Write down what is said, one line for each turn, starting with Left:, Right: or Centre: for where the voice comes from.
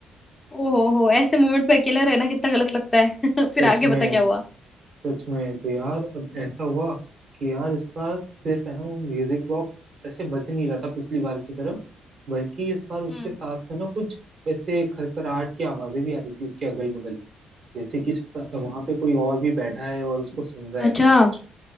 Left: ओ हो हो ऐसे मोमेंट पे अकेला रहना कितना गलत लगता है <laughs> फिर
Right: सच
Left: आगे
Right: में
Left: बता क्या हुआ
Right: सच में तो यार अब ऐसा हुआ कि यार इस बार सिर्फ है ना वो म्यूजिक बॉक्स ऐसे बज नहीं रहा था पिछली बार की तरह बल्कि इस बार उसके
Left: हम्म
Right: साथ में ना कुछ ऐसे खरखराहट की आवाजें भी आ रही थी उसके अगल बगल से जैसे कि वहां पे कोई और भी बैठा है और उसको सुन रहा है
Left: अच्छा
Right: ऐसा कुछ